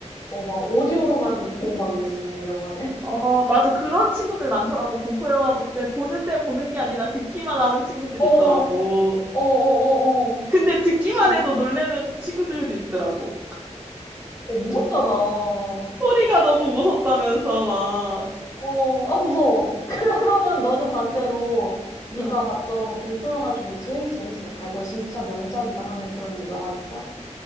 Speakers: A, on the left; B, on the right.
A: 어, 막 오디오로만 보고 막 이랬어, 그냥 영화를.
B: 어, 맞아. 그런 친구들 많더라고. 공포 영화 볼 때 보는데 보는 게 아니라 듣기만 하는 친구들이
A: <laughs> 어,
B: 있더라고.
A: 어, 어, 어, 어.
B: 근데 듣기만
A: 진짜.
B: 해도 놀래는 친구들도 있더라고.
A: 어, 무섭잖아.
B: 소리가 너무 무섭다면서 막.
A: 어, 아, 무서워. <laughs> 그러면 너는 반대로 네가
B: 어.
A: 봤던 공포 영화 중에 제일 재밌었다. 이거 진짜 명작이다 하는 그런 영화 있어?